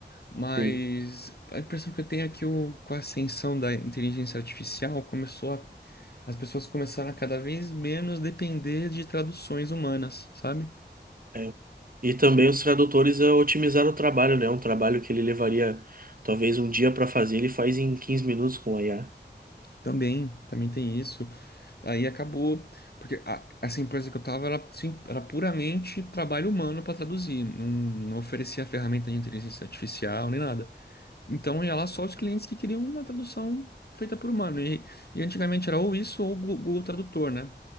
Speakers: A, on the left (about 60°); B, on the right (about 50°).
A: Mas
B: Sim.
A: a impressão que eu tenho é que o, com a ascensão da inteligência artificial começou a, as pessoas começaram a cada vez menos depender de traduções humanas, sabe?
B: é. E também os tradutores é, otimizaram o trabalho, né? Um trabalho que ele levaria talvez um dia para fazer, ele faz em 15 minutos com a IA.
A: Também, também tem isso. Aí acabou, porque a- essa empresa que eu tava era, sim, era puramente trabalho humano para traduzir, não, não oferecia ferramenta de inteligência artificial nem nada. Então ia lá só os clientes que queriam uma tradução feita por humano. E, e antigamente era ou isso ou o Gu- Google Tradutor, né?